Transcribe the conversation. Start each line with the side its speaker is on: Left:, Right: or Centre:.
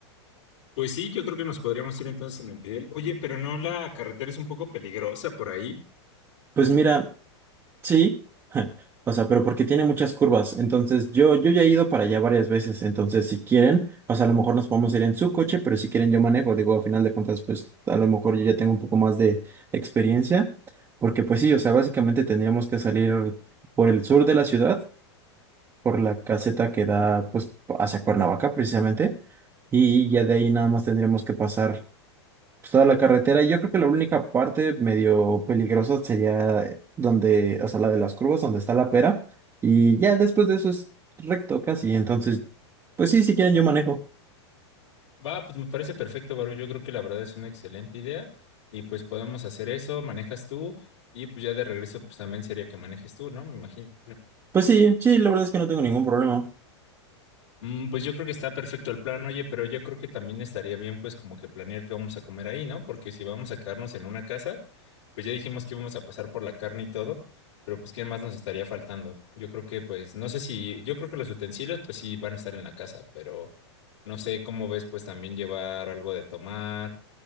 Left: Pues sí, yo creo que nos podríamos ir entonces en el de él. Oye, pero no, la carretera es un poco peligrosa por ahí.
Right: Pues mira, Sí, <laughs> o sea, pero porque tiene muchas curvas. Entonces, yo, yo ya he ido para allá varias veces. Entonces, si quieren, o sea, a lo mejor nos podemos ir en su coche, pero si quieren, yo manejo. Digo, a final de cuentas, pues a lo mejor yo ya tengo un poco más de experiencia. Porque, pues sí, o sea, básicamente tendríamos que salir por el sur de la ciudad, por la caseta que da, pues, hacia Cuernavaca, precisamente. Y ya de ahí nada más tendríamos que pasar pues, toda la carretera. Yo creo que la única parte medio peligrosa sería donde, o sea, la de las curvas, donde está la pera. Y ya después de eso es recto casi. Entonces, pues sí, si quieren yo manejo.
Left: Va, pues me parece perfecto, Baru. Yo creo que la verdad es una excelente idea. Y pues podemos hacer eso, manejas tú. Y pues ya de regreso, pues también sería que manejes tú, ¿no? Me imagino.
Right: Pues sí, sí, la verdad es que no tengo ningún problema.
Left: Mm, pues yo creo que está perfecto el plan, oye, pero yo creo que también estaría bien pues como que planear qué vamos a comer ahí, ¿no? Porque si vamos a quedarnos en una casa, pues ya dijimos que íbamos a pasar por la carne y todo, pero pues ¿qué más nos estaría faltando? Yo creo que pues no sé si, yo creo que los utensilios pues sí van a estar en la casa, pero no sé cómo ves pues también llevar algo de tomar,